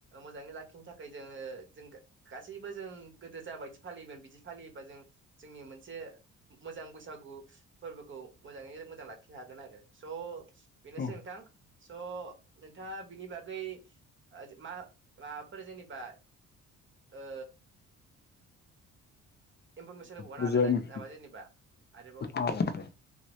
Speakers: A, on the right; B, on the left.
A: मोजाङै लाखिनो थाखाय जोङो जों गासैबो जों गोदो जाबायदि फालियोमोन बिदि फालियोबा जों जोंनि मोनसे मोजां बैसागु फोरबोखौ मोजाङै मोजां लाखिनो हागोन आरो स' बेनोसै
B: औ
A: नोंथां स' नोंथाङा बिनि बागै मा माबाफोर जेनेबा ओ इनफरमेसन होबावनो
B: बुजिबाय
A: हागोन नामा जेनेबा आरोबाव
B: औ दे